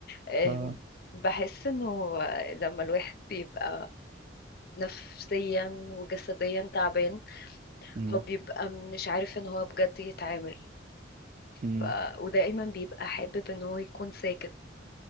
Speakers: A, on the left; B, on the right.
A: آه
B: آه.
A: بحس انه لما الواحد بيبقى نفسيا وجسديا تعبان
B: مم.
A: هو بيبقى مش عارف ان هو بجد يتعامل
B: مم.
A: ف... ودائما بيبقى حابب ان هو يكون ساكت